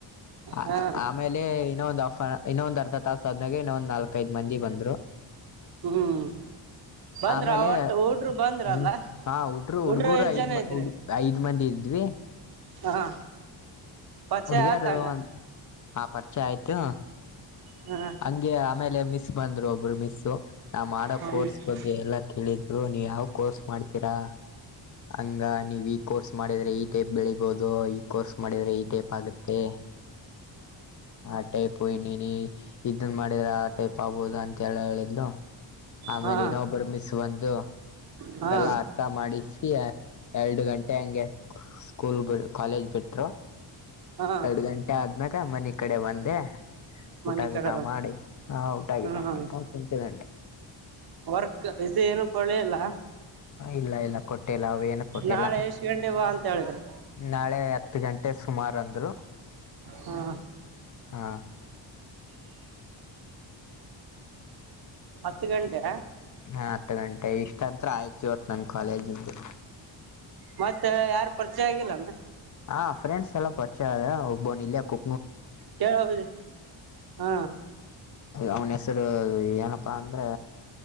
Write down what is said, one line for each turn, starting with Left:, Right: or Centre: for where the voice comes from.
Left: ಆ
Right: ಹಾ
Left: ಆಮೇಲೆ ಇನ್ನೊಂದ್ ಅಫ ಇನ್ನೊಂದ್ ಅರ್ಧ ತಾಸ ಆದನಾಗೆ ಇನ್ನೊಂದ್ ನಾಲ್ಕೈದ್ ಮಂದಿ ಬಂದ್ರು
Right: ಹ್ಮ್ ಬಂದ್ರ
Left: ಆಮೇಲೆ
Right: ಒಟ್ಟು ಹುಡ್ರು ಬಂದ್ರ
Left: ಹ್ಮ್
Right: ಅಲ್ಲ
Left: ಹಾ
Right: ಹುಡ್ರು
Left: ಹುಡ್ಗೂರು
Right: ಎಷ್ಟ್
Left: ಐದ್
Right: ಜನ
Left: ಮ-
Right: ಇದ್ರೆ
Left: ಹುಡ್ ಐದ್ ಮಂದಿ ಇದ್ವಿ
Right: ಹಾ ಪರಿಚಯ
Left: ಹುಡ್ಗಿಯಾರು
Right: ಆತ ಹಂಗಾರ
Left: ಆ ಪರಿಚಯ ಆಯ್ತು.
Right: ಹಾ
Left: ಹಂಗೆ ಆಮೇಲೆ ಮಿಸ್ ಬಂದ್ರು ಒಬ್ರು ಮಿಸ್. ನಾ ಮಾಡೋ
Right: ಹಾ
Left: ಕೋರ್ಸ್ ಬಗ್ಗೆ ಎಲ್ಲಾ ಕೇಳಿದ್ರು ನೀವ್ ಯಾವ್ ಕೋರ್ಸ್ ಮಾಡ್ತೀರಾ? ಹಂಗ ನೀವ್ ಈ ಕೋರ್ಸ್ ಮಾಡಿದ್ರೆ ಈ ಟೈಪ್ ಬೆಳಿಬೋದು ಈ ಕೋರ್ಸ್ ಮಾಡಿದ್ರೆ ಈ ಟೈಪ್ ಆಗುತ್ತೆ ಆ ಟೖಪು ಇನೀ ನೀ ಇದನ್ ಮಾಡಿದ್ರ ಆ ಟೈಪ್ ಆಗ್ಬಹುದು ಅಂತ ಎಲ್ಲ ಹೇಳಿದ್ಲು. ಆಮೇಲೆ
Right: ಹಾ
Left: ಇನ್ನೊಬ್ಬರು ಮಿಸ್ ಬಂದು
Right: ಹಾ
Left: ಎಲ್ಲ ಅರ್ಥ ಮಾಡಿಸಿ ಎರ್ಡು ಗಂಟೆ ಹಂಗೆ ಸ್ಕೂಲ್ ಬಿ ಕಾಲೇಜ್ ಬಿಟ್ರು
Right: ಹಾ
Left: ಎರ್ಡು ಗಂಟೆ ಆದ್ಮ್ಯಾಗ ಮನಿ ಕಡೆ ಬಂದೇ
Right: ಮನಿ
Left: ಊಟ ಗಿಟ
Right: ಕಡೆ ಬಾ
Left: ಮಾಡಿ ಹಾ ಊಟ
Right: ಹ್ಮ
Left: ಗಿಟ ಮಾಡ್ಕೊಂಡ್ ಕುಂತ್ಕೂಂಡೆ.
Right: ವರ್ಕ್ ಇದು ಏನು ಕೊಳಿಲ್ಲ?
Left: ಇಲ್ಲ ಇಲ್ಲ ಕೊಟ್ಟಿಲ್ಲ ಅವೇನು ಕೊಟ್ಟಿಲ್ಲ
Right: ನಾಳೆ ಎಷ್ಟ್ ಗಂಟೆ ಬಾ ಅಂತ ಹೇಳಿದ್ರು
Left: ನಾಳೆ ಹತ್ತು ಗಂಟೆ ಸುಮಾರು ಅಂದ್ರು.
Right: ಹಾ
Left: ಹಾ
Right: ಹತ್ತು ಗಂಟೆ?
Left: ಹಾ ಹತ್ತು ಗಂಟೆ ಇಷ್ಟಂತ್ರ ಆಯ್ತು ಇವತ್ತು ನನ್ ಕಾಲೇಜಿಂದು.
Right: ಮತ್ತ ಯಾರ್ ಪರಿಚಯ ಆಗಿಲ್ಲಾನು?
Left: ಆ ಫ್ರಂಡ್ಸ್ ಎಲ್ಲ ಪರಿಚಯ ಆದ ಒಬ್ಬನ್ ಇಲ್ಲೆ ಕು
Right: <unintelligible> ಹಾ
Left: ಅವ್ನು ಹೆಸರು ಏನಪ್ಪಾ ಅಂದ್ರೆ